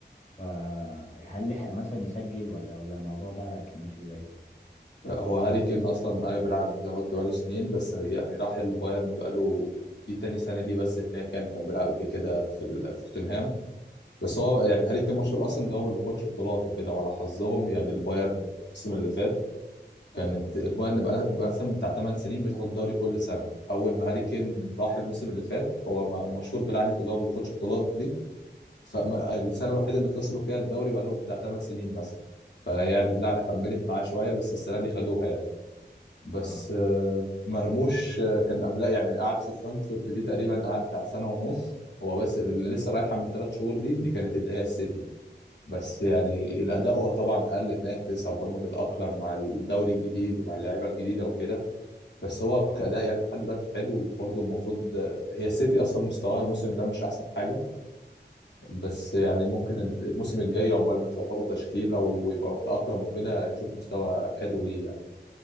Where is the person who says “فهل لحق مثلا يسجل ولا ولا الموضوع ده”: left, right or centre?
Left